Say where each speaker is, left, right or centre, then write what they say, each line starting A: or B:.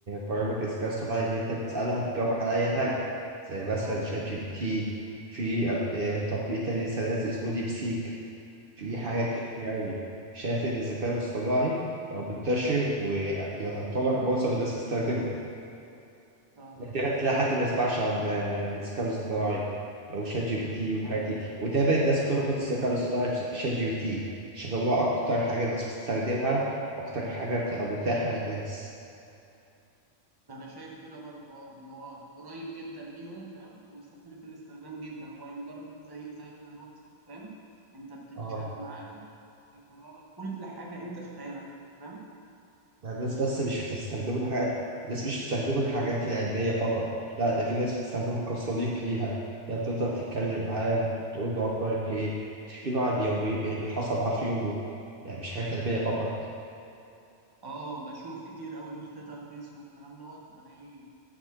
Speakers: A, on the right; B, on the right.
A: برامج الذكاء الاصطناعي اللي انت بتسألها وبتجاوبك على أي حاجة زي مثلا
B: آه
A: شات جي بي تي في أب- آه، تطبيق تاني لسه نازل اسمه ديب سيك في حاجات
B: آه
A: كتير أوي شايف إن الذكاء الاصطناعي بقى منتشر ويعتبر معظم الناس بتستخدمه
B: آه
A: نادرا تلاقي
B: عارف
A: حد ما يسمعش عن آه، الذكاء الاصطناعي او شات جي بي تي والحاجات دي وده بقى الناس بتربط الذكاء الاصطناعي بشات جي بي تي عشان هو اكتر حاجه الناس بتستخدمها واكتر حاجه بتبقى متاحه للناس
B: أنا شايف كده برضو أه إن هو قريب جدا ليهم فاهم وسهل في الاستخدام جدا هو مجرد زي زي زي الواتساب فاهم أنت بتتشات
A: اه
B: معاه بيطلع لك كل حاجة أنت في خيالك فاهم؟
A: يعني الناس بس مش بتستخدمه الحاجات الناس مش بتستخدمه الحاجات العلميه فقط لا ده في ناس بتستخدمه كصديق ليها يعني بتفضل تتكلم معاه بتقول له اخبارك ايه تحكي له عن يومي اللي حصل معاه في يومه يعني مش حاجات علميه فقط
B: آه بشوف كتير أوي بوستات على الفيس والكلام دوت بلاقي